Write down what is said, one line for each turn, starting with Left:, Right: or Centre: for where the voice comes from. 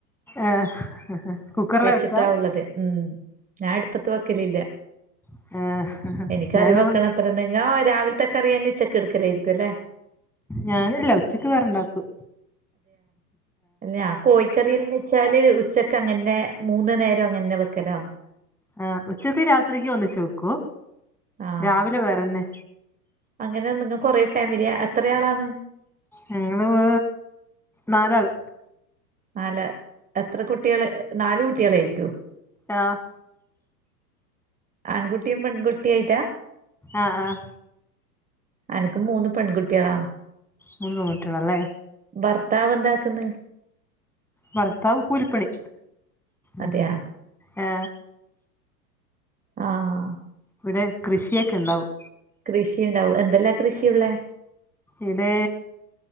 Centre: ആഹ് ആഹ് കുക്കറിലാ
Right: വെച്ചിട്ടാ
Centre: വെക്കാ
Right: ഉള്ളത് ഉം ഞാൻ അടുപ്പത്ത് വക്കല് ഇല്ല
Centre: ഏഹ്
Right: ഇനിക്കറി
Centre: ഞാനും
Right: വെക്കണ അത്രന്നെ ഞാ രാവിൽത്തെ കറിയന്നെ ഉച്ചക്ക് ട്ക്കലായിരിക്കും അല്ലേ
Centre: ഞാനില്ല ഉച്ചക്ക് വേറെണ്ടാക്കു
Right: ഞാൻകോഴിക്കറി എല്ലം വെച്ചാല് ഉച്ചക്ക് അങ്ങന്നെ മൂന്നു നേരം അങ്ങന്നെ വെക്കലാണ്
Centre: ആ ഉച്ചക്ക് രാത്രിക്ക് ഒന്നിച്ച് വെക്കൂ
Right: ആഹ്
Centre: രാവിലെ വേറെന്നെ
Right: അങ്ങനെ നിങ്ങ കൊറെ ഫാമിലിയാ എത്രയാളാണ്
Centre: ഞങ്ങള് വ് നാലാള്
Right: നാല എത്ര കുട്ടികള് നാലു കുട്ടികളായിരിക്കോ
Centre: താ
Right: ആൺകുട്ടിയും പെൺകുട്ടി ആയിട്ടാ
Centre: ആഹ് ആഹ്
Right: അനക്ക് മൂന്ന് പെൺകുട്ടികളാണ്
Centre: മൂന്ന് പെങ്കുട്ടികളല്ലേ
Right: ഭർത്താവ് എന്താക്ക്‌ന്ന്
Centre: ഭർത്താവ് കൂലിപ്പണി
Right: അതെയാ
Centre: മ് ഏ
Right: ആഹ്
Centre: ഇവിടെ കൃഷിയൊക്കെ ഉണ്ടാവും
Right: കൃഷി ഉണ്ടാവും എന്തല്ലാ കൃഷിയുള്ളേ
Centre: ഇവിടെ